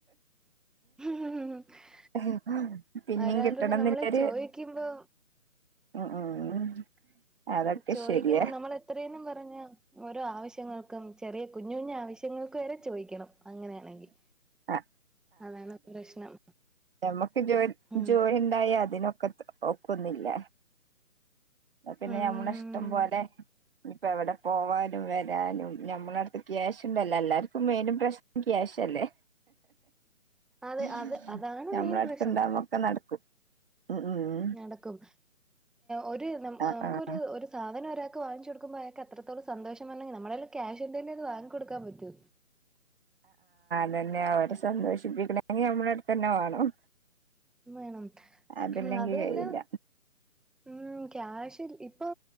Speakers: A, in the centre; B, on the right (about 45°).
A: <unintelligible>
B: <unintelligible> പിന്നിം
A: ഒരാളോട്
B: കിട്ടണം എന്നില്ലരു
A: നമ്മള് ചോദിക്കുമ്പോ
B: <unintelligible> അതൊക്കെ
A: ചോദിക്കുമ്പോ
B: ശരിയാ
A: നമ്മൾ എത്രന്നും പറഞ്ഞ ഓരോ ആവശ്യങ്ങൾക്കും ചെറിയ കുഞ്ഞു കുഞ്ഞ ആവശ്യ ങ്ങൾക്ക് വരെ ചോദിക്കണം അങ്ങനെയാണെങ്കിൽ
B: ആഹ്
A: അതാണ് പ്രശ്നം
B: നമ്മുക്ക് ജോ
A: ഉം
B: ജോലി ഉണ്ടായ അതിനോ ഒക്കുന്നില്ല പിന്നെ
A: ഉം
B: ഞമ്മള ഇഷ്ടം പോലെ ഇപ്പ എവിടെ പോവാനും വരാനും ഞമ്മള അടുത്ത് ക്യാഷ് ഉണ്ടല്ലോ എല്ലാരും മേനും പ്രശ്നക്കയാശല്ലേ
A: അതെ
B: <unintelligible>
A: അത് അതാണ്
B: ഞമ്മുടെ
A: മെയിൻ
B: അടുത്തണ്ടുന്നൊക്കെ
A: പ്രശ്നം
B: നടക്കും ഉം ഉം
A: നടക്കും ഒരു നമുക്കൊരു
B: ആഹ് ആഹ്
A: ഒരു സാധനം ഒരാ വാിച്ച കൊടുക്കോ അത്രത്തോള സന്തോഷംെിൽ നെ ക്യാ് <unintelligible> വാങ്ങി കൊൊടുക്കാൻ പറ്റൂ
B: <unintelligible> സന്തോഷിപ്പിക്കണെങ്കിൽ നമ്മുടെ അടുു തന്നെ വേണം
A: വേണം
B: അതില്ലെങ്കി
A: അത് വല്ല
B: കഴിയില്ല
A: ഉം ക്യാഷിൽ ഇപ്പൊ